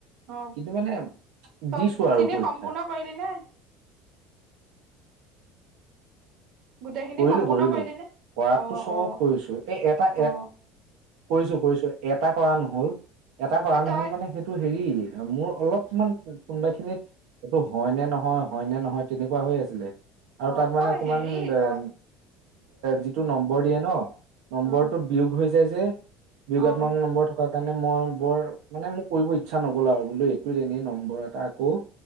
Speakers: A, on the right; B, on the right.
A: অ
B: কিন্তু মানে
A: চব
B: দিছো
A: খিনি
B: আৰু পৰীক্ষা
A: সম্পূৰ্ণ কৰিলি নে গোটেইখিনি
B: কৰিলো
A: সম্পূৰ্ণ
B: কৰিলো
A: কৰিলি নে
B: কৰাতটো
A: অ
B: চব
A: অ
B: কৰিছো এ এটা
A: অ
B: এ কৰিছো কৰিছো এটা কৰা নহ'ল এটা কৰা
A: অ
B: নহ'ল
A: তই
B: মানে সেইটো হেৰি মোৰ অলপমান কোনোবা খিনিত এইটো হয় নে নহয় হয় নে নহয় তেনেকুৱা হৈ আছিলে আৰু
A: অ
B: তাত মানে
A: অ
B: অকমান
A: হেৰি
B: আহ
A: তই
B: যিটো নম্বৰ দিয়ে ন নম্বৰটোত
A: অ
B: বিয়োগ হৈ যায় যে বিয়োগাত্মক
A: অ
B: নম্বৰ থকাত সেই কাৰণে মই বৰ মানে মোৰ কৰিব ইচ্ছা নগ'ল আৰু বোলো এইটো এনেই নম্বৰ এটা আকৌ